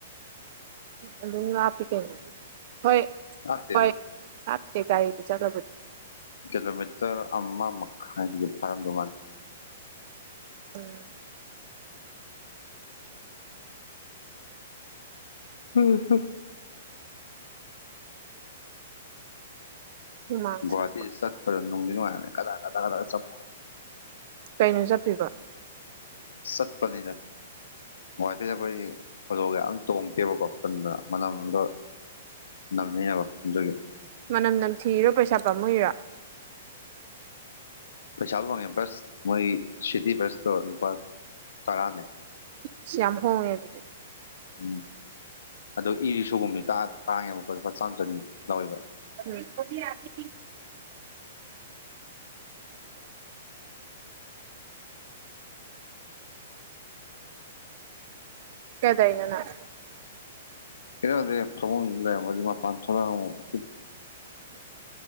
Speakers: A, on the right (about 50°); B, on the left (about 80°).
A: ꯑꯗꯨꯝ ꯂꯥꯞꯄꯤ ꯀꯩꯅꯣ ꯑꯗꯨꯗꯤ ꯍꯣꯏ
B: ꯂꯥꯞꯇꯦ
A: ꯍꯣꯏ ꯂꯥꯞꯇꯦ ꯒꯥꯔꯤꯗ ꯆꯠꯂꯕꯨꯗꯤ
B: ꯀꯤꯂꯣꯃꯤꯇ꯭ꯔ ꯑꯃ ꯃꯈꯥꯏꯗꯤ ꯐꯥꯔꯝꯗꯧ ꯃꯟꯗꯦ
A: ꯎꯝ
B: ꯎꯝ ꯍꯝ
A: ꯍꯨꯃꯥꯡ
B: ꯒꯨꯋꯥꯍꯥꯇꯤ
A: ꯁꯧꯕ
B: ꯆꯠꯄꯗ ꯅꯨꯡꯗꯤ ꯅꯨꯡꯉꯥꯏ ꯀꯗꯥ ꯀꯗꯥ ꯀꯗꯥ ꯀꯆꯠꯄ
A: ꯀꯩꯅꯣ ꯆꯠꯇꯣꯏꯕ
B: ꯆꯠꯄꯅꯤꯗ ꯒꯨꯋꯥꯍꯥꯇꯤꯗ ꯑꯩꯈꯣꯏ ꯈꯨꯗꯣꯜꯒ ꯌꯥꯝ ꯇꯣꯡꯗꯦꯕꯀꯣ ꯇꯟꯗꯅ ꯃꯅꯝꯒ ꯑꯗꯨꯒꯤ
A: ꯃꯅꯝ ꯅꯝꯊꯤꯔꯤꯔ ꯄꯩꯁꯥ ꯄꯥꯝꯃꯨꯏꯔꯣ
B: ꯄꯩꯁꯥꯕꯨ ꯐꯪꯉꯦ ꯕꯁ ꯃꯣꯏ ꯁꯤꯇꯤ ꯕꯁꯇꯣ ꯂꯨꯄꯥ ꯇꯔꯥꯅꯦ
A: ꯑꯁ ꯌꯝ ꯍꯣꯡꯉꯦꯅꯦ
B: ꯎꯝ ꯑꯗꯨ ꯏꯔꯤꯛꯁꯣꯒꯨꯝꯕꯗꯤ ꯇꯥꯡꯉꯦꯕꯀꯣ ꯂꯨꯄꯥ ꯆꯥꯝꯃ ꯆꯅꯤ ꯂꯧꯏ
A: ꯎꯝ ꯀꯩꯗꯧꯏꯔꯤꯅꯣ ꯅꯪ
B: <unintelligible> ꯃꯄꯥꯟ ꯊꯣꯛꯂꯛꯑꯒ
A: ꯎ